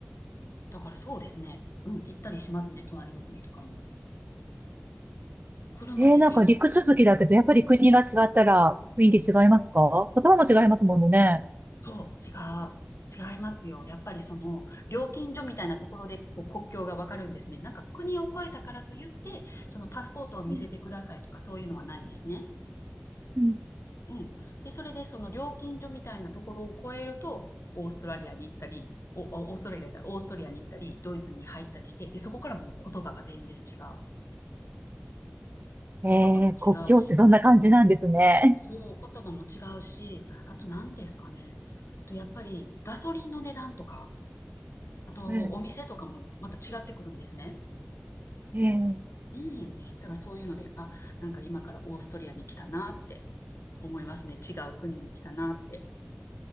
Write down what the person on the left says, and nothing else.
だからそうですね。うん、行ったりしますね、隣の国とかも。車で行ける。
そう、違う。違いますよ。やっぱりその料金所みたいなところでこう国境がわかるんですね。なんか国を越えたからといって、そのパスポートを見せてくださいとかそういうのはないんですね。
うん。で、それでその料金所みたいなところを越えると、オーストラリアに行ったり、お、おオーストラリアじゃ、オーストリアに行ったり、ドイツに入ったりして、で、そこからもう言葉が全然違う。
言葉も違うし、
そう、言葉も違うし、あと何ですかね。あとやっぱりガソリンの値段とか、あとお店とかもまた違ってくるんですね。
うん。だからそういうので、あ、なんか今からオーストリアに来たなって思いますね。違う国に来たなって。